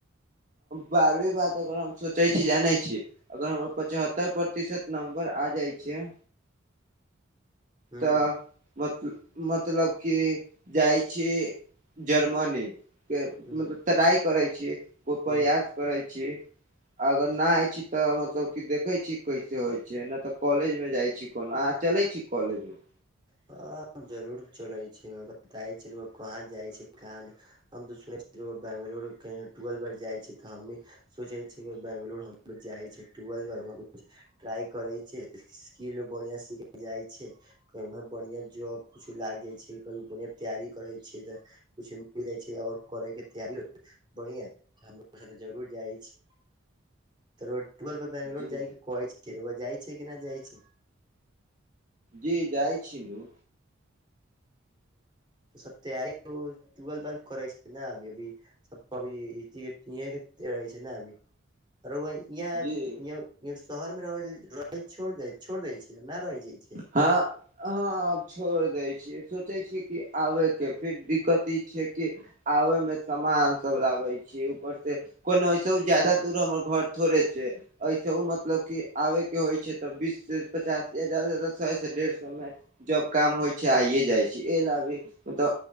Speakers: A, on the right; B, on the right.
A: बारहवीं बाद अगर हम सोचै छी जानै छी। अगर हमर पचहत्तर प्रतिशत नंबर आ जाइ छै।
B: हूं
A: तऽ मत मतलब कि जाइ छी जर्मनी के मतलब
B: हूं
A: त्राई करै छी को
B: हूं
A: प्रयास करै छी अगर ना आइ छी तऽ मतलब कि देखै छी कैसे होइ छै नहि तऽ कॉलेज मे जाए छी कोन अहाँ चलै छी कॉलेज मे
B: ह जरूर चलै छै ओ बताइ छै ओ कहाँ जाइ छै कहा न हम तऽ सुने छियै जे ओ बंगलोरू के टुवेल बार जाइ छी तऽ हमी सोचै छी बैंगलोर हम जाइ छी टुवेल बार <unintelligible> ट्राई करै छै स्किलो बढ़िआ सिख जाए छै कयो बढ़िआं जॉब कुछो लागि जाइ छै क बढ़िआँ तैयारी करै छियै जे कुछ मिल जाई छै ओर करै के तैयारी हो बढ़िआ हमरो त जरूर जाइ छी तरो टुवेल बार बेंगलोर
A: जी
B: जाइ करै छै रउवा जाइ छै कि नहि जाइ छै
A: जी जाई छी नु
B: सब तेयारी अ टुवेल करै छै नऽ अभी अभी सब पबि <unintelligible> नऽ अभी रउआ ई य
A: जी
B: य य शहर मे रहे छोड़ दे छोड़ दै छिये न रहि जाये छैय
A: हँ हँ आब छोड़ दै छियै सोचै छीय कि आबे के फेर दिक्कत ई छिये कि आबेए मे सामान सब लाबे छी ऊपर से कोनो ओएसे हु जादा दूर हमर घर थोड़े छै ऐसेहु मतलब की आबे के होए छै तऽ बीश- पचास या ज्यादा सौ से डेढ़ सौ में जब काम होए छै आइए जाइ छी एहि ल अभी मत